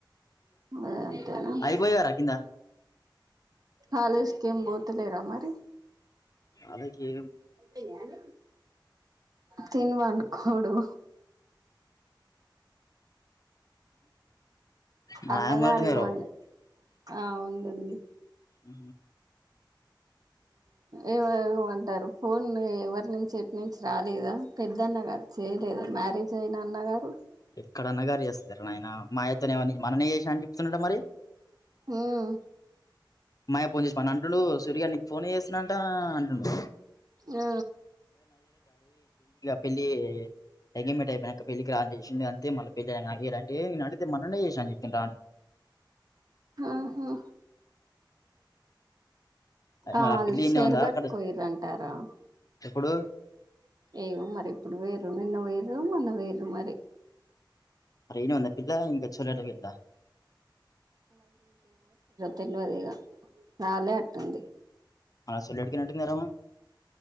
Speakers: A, on the right; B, on the left.
A: అద అంత
B: అయిపోయారా కింద
A: కాలేజకిం పోతలేరా మరి
B: అదకే
A: అయిపోనయ అండి తిని పనుకోడు
B: మా
A: అన్నగారేమని
B: నాయనమ్మ అంటున్నారు
A: ఆ ఉంది ఉంది
B: ఆ
A: ఏవేవో అంటారు ఫోన్ ఎవరి నుంచి ఎటు నుంచి రాలేదా పెద్దన్న గారు చేయలేదా మ్యారేజ్ అయిన అన్నగారు
B: ఎక్కడన్నా గారు చేస్తరు ఆయన మాయతోనే మన్ననే చేసిన అని చెపుతున్నాడు మరి
A: మ్మ్
B: మా అయ్యా ఫోన్ చేసిన అంటుండు సూరియగ నీకు ఫోన్ చేస్తున్నా అంటుండు
A: ఆ
B: పెళ్లి ఎంగేమెంట్ అయిపోయినాక పెళ్లికి రాండి అంతే మళ్ళ పెళ్లి ఇలా అడిగితే మన్ననే చేసాను అని చెప్పిండ్రా
A: ఆహా
B: అదే
A: ఆ
B: మరి పిల్ల ఈడనే
A: సేర్గట్
B: ఉందా అక్కడ
A: కోయరంటారా
B: ఇప్పుడు
A: ఏమో మరి ఇప్పుడు వేరు నిన్న వేరు మొన్న వేరు మరి
B: ఇన్నే ఉంద పిల్ల ఇం చల్డం వందా
A: తెలవదు ఇగా నాలే అట్టుంది
B: అసలు ఏటికన్నట్టు విరమ